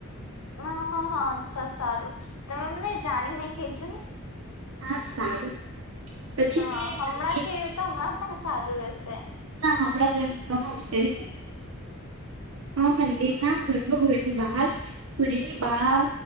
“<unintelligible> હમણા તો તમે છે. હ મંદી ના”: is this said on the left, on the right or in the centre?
Right